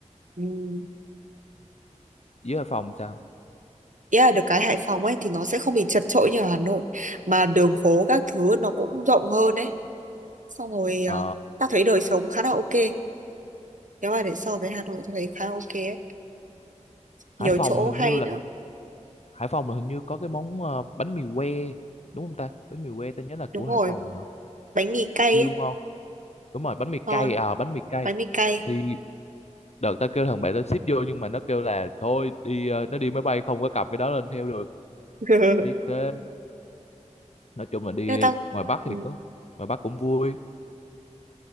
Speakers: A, on the right (about 80°); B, on the left (about 60°).
A: ừ,
B: dưới Hải Phòng sao?
A: Ý là được cái Hải Phòng ấy thì nó sẽ không bị chật chội như ở Hà Nội mà đường phố các thứ nó cũng rộng hơn ấy xong rồi
B: Ờ,
A: à, ta thấy đời sống khá là ok nếu mà để so với Hà Nội tôi thấy khá là ok ấy.
B: Hải
A: nhiều
B: Phòng
A: chỗ
B: là hình
A: hay
B: như là
A: nữa
B: Hải Phòng là hình như có cái món ờ, bánh mì que đúng không ta? Bánh mì que tao nhớ là
A: đúng
B: của
A: rồi
B: Hải Phòng hả?
A: bánh mì cay
B: Siêu
A: ấy
B: ngon. Đúng rồi, bánh mì cay
A: ngon
B: à bánh mì cay.
A: bánh mì cay
B: Thì đợt tao kêu thằng bạn tao ship vô nhưng mà nó kêu là thôi đi ờ, nó đi máy bay không có cặp cái đó lên theo được.
A: <laughs> nhưng
B: Tiếc thế. Nói chung là đi
A: mà tao
B: ngoài Bắc
A: ừ,
B: thì có ngoài Bắc cũng vui.